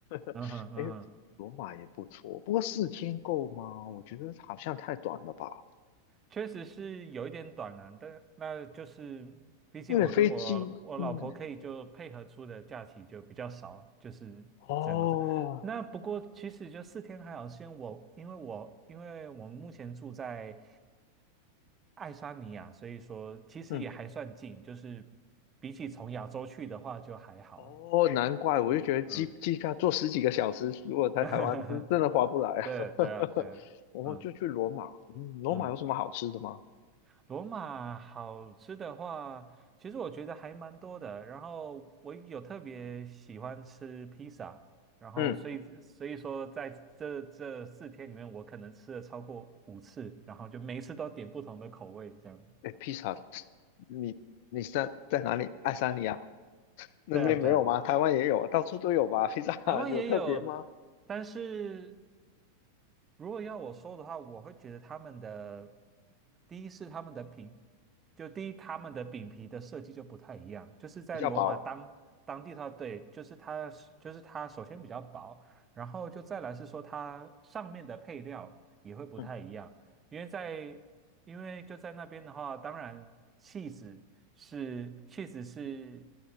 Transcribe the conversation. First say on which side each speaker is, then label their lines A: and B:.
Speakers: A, on the left (about 50°); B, on the right (about 20°).
A: <laughs>
B: 嗯哼嗯哼
A: 哎，罗马也不错，不过四天够吗？我觉得好像太短了吧，
B: 确实是有一点短了，但那就是毕竟我跟我我老婆可以就配合出的假期就比较少，
A: 因为飞机，嗯，
B: 就是整个这样那不过其实就四天还好，
A: 哦，
B: 是因为我因为我因为我们目前住在爱沙尼亚，所以说其实也还算近，
A: 嗯，
B: 就是比起从亚洲去的话就还好。
A: 哦，难怪，我就觉得机机票坐十几个小时，
B: 嗯嗯，
A: 如果在台湾真真的划不来啊。
B: <laughs> 对对啊对啊，
A: <laughs> 我就去罗马，
B: 嗯
A: 嗯，罗马有什么好吃的吗？
B: 嗯。罗马好吃的话，其实我觉得还蛮多的。然后我有特别喜欢吃披萨，然后所以所以说在这这四天里面，
A: 嗯。
B: 我可能吃了超过五次，然后就每一次都点不同的口味这样。
A: 哎，披萨，你你是在在哪里？爱沙尼亚那边没有吗？
B: 对啊，对啊，对啊
A: 台湾也有，到处都有吧？披萨
B: 台湾也有，
A: <laughs> 有特别吗？
B: 但是。如果要我说的话，我会觉得他们的第一是他们的饼，就第一他们的饼皮的设计就不太一样，就是在罗马当当地的话，
A: 比较薄。
B: 对，就是它是就是它首先比较薄，然后就再来是说它上面的配料也会不太一样，
A: 嗯
B: 因为在因为就在那边的话，当然 cheese 是 cheese 是